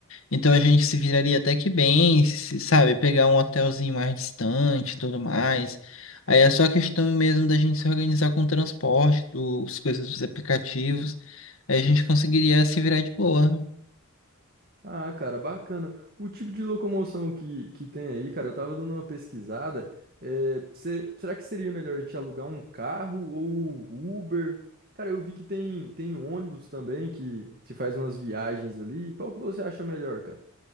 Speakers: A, on the left; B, on the right.
A: Então a gente se viraria até que bem, se- sabe? Pegar um hotelzinho mais distante e tudo mais. Aí é só questão mesmo da gente se organizar com o transporte, dos coisas dos aplicativos. Aí a gente conseguiria se virar de boa.
B: Ah, cara, bacana. O tipo de locomoção que, que tem aí, cara, eu tava dando uma pesquisada. é, se- será que seria melhor a gente alugar um carro ou Uber? Cara, eu vi que tem, tem ônibus também que, que faz umas viagens ali. Qual que você acha melhor, cara?